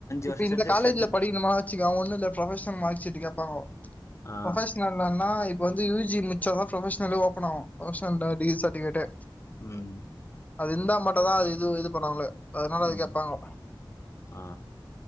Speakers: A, on the left (about 20°); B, on the left (about 35°).
A: இப்ப
B: வருஷம்
A: இந்த
B: செட்டு
A: காலேஜுல
B: சேத்து
A: படிக்கணுக்கா வச்சிக ஒண்ணு ப்ரொபஷனல் மார்க் சீட் கேப் <unintelligible>
B: ஆ
A: ப்ரொபஷனல்ணா இப்ப வந்து யுஜி முடிச்சான்னா ப்ரொபஷனல் ஒப்பன் ஆகும் டிகிரி சர்டிபிகேட்டு
B: ம்
A: அது இருந்தா மட் தா அது இது இது பண்ணாவங்களேஅதனால அது
B: ம்
A: கேப்பாங்கா
B: ஆ